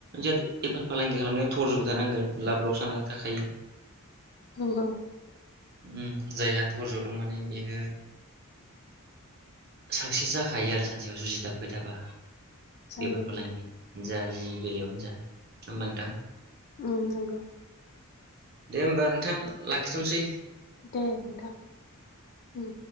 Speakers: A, on the right; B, on the left.
A: जेत बेफार फालांगि खालामनायाव थरजबो थानांगोन लाब लकसनआ थाखायो।
B: नोंगौ।
A: उम जायहा थरज' दं माने बेयो साक्सेस जाखायो आरो सानसेयाव जुजिथाब्बाय थाबा।
B: जायो
A: बेफार फालांगि
B: नोंथां
A: जा जि बेलायावनो जा होमबा नोंथां
B: उम उम नंगौ
A: दे होमबा नोंथां लाखिथसै
B: दे नोंथां उम